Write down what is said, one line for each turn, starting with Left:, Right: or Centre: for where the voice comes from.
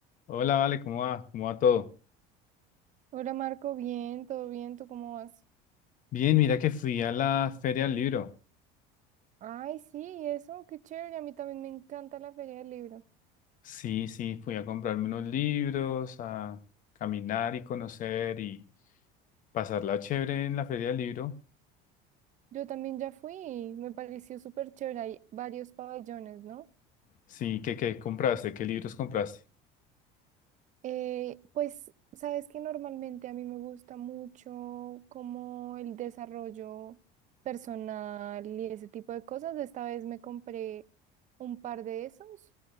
Left: Hola, Vale, ¿cómo va? ¿Cómo va todo?
Right: Hola Marco, bien, todo bien, ¿tú cómo vas?
Left: Bien, mira que fui a la feria del libro.
Right: Ay, sí, eso, qué chévere, a mí también me encanta la Feria del Libro.
Left: Sí, sí, fui a comprarme unos libros, a caminar y conocer y pasarla chévere en la feria del libro.
Right: Yo también ya fui y me pareció súper chévere, hay varios pabellones, ¿no?
Left: Sí, ¿qué, qué compraste? ¿Qué libros compraste?
Right: Eh, pues, sabes que normalmente a mí me gusta mucho como el desarrollo personal y ese tipo de cosas. Esta vez me compré un par de esos